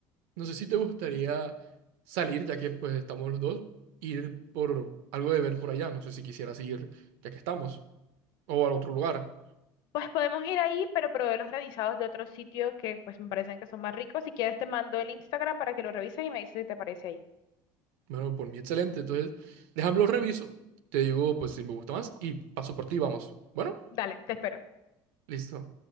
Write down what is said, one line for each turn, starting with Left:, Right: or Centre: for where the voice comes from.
Right: No sé si te gustaría salir, ya que pues estamos los dos, ir por algo de ver por allá. No sé si quisieras ir, ya que estamos, o a otro lugar.
Left: Pues podemos ir ahí, pero probé los granizados de otro sitio que pues me parecen que son más ricos. Si quieres te mando el Instagram para que lo revises y me dices si te parece ahí.
Right: Bueno, por mí excelente. Entonces, déjame lo reviso. Te digo, pues si me gusta más y paso por ti, vamos. Bueno,
Left: Dale, te espero.
Right: listo.